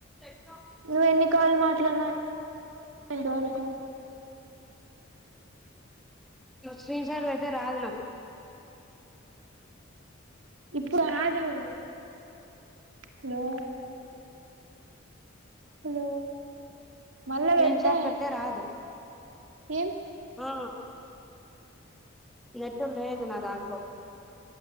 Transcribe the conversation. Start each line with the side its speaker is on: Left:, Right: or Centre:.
Centre: <unintelligible>
Right: నువ్వ ఎన్నికళ్లుు మాట్లాడిన ఇంతవరకు
Centre: శ్రీనిసారు అయితే రాదులు
Right: ఇప్పుడు అదు హలో హలో మళ్ళా
Centre: స్లీన్సాట్
Right: పెడతా
Centre: పతే రాదు
Right: ఏం
Centre: ఆ నేటు లేదు నా దాంట్లో